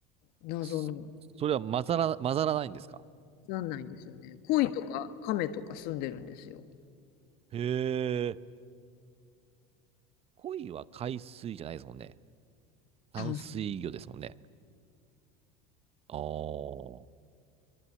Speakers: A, on the left; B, on the right.
A: 謎の、
B: そそれは混ざら、混ざらないんですか
A: なんないんですよね。鯉とか亀とか住んでるんですよ。
B: へえ。鯉は海水じゃないですもんね。淡水魚ですもんね。
A: 淡水
B: ああ。